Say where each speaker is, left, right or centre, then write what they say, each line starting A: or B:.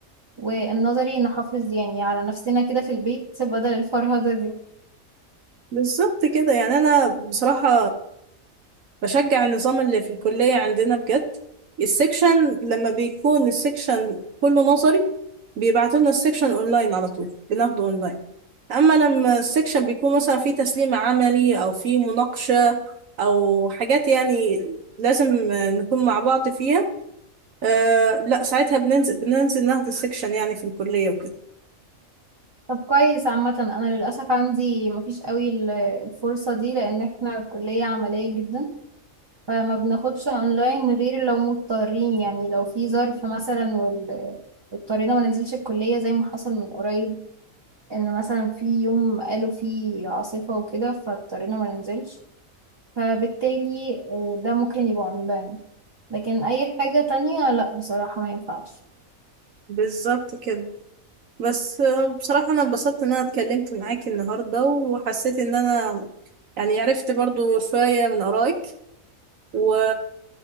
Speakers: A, on the right; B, on the right.
A: والنظري نحافظ يعني على نفسنا كده في البيت بدل الفرهدة دي
B: بالظبط كده يعني انا بصراحة بشجع النظام اللي في الكلية عندنا بجد السكشن لما بيكون السكشن كله نظري بيبعتوا لنا السكشن اونلاين على طول بناخده اونلاين اما لما السكشن بيكون مثلا فيه تسليم عملي او فيه مناقشة او حاجات يعني لازم آه، نكون مع بعض فيها أه لا ساعتها بننزل بننزل ناخد السكشن يعني في الكلية وكده
A: طب كويس عامة انا للأسف عندي مفيش قوي ال- الفرصة دي لان احنا كلية عملية جدا فما بناخدش اونلاين غير لو مضطرين يعني لو في ظرف مثلا وال اضطرينا ما ننزلش الكلية زي ما حصل من قريب ان مثلا في يوم قالوا فيه عاصفة وكده فاضطرينا ما ننزلش فبالتالي آه، ده ممكن يبقى اونلاين لكن اي حاجة تانية لا بصراحة ما ينفعش
B: بالظبط كده بس آه، بصراحة أنا اتبسطت إن أنا اتكلمت معاكي النهاردة وحسيت إن أنا يعني عرفت برضو شوية من آرائك و...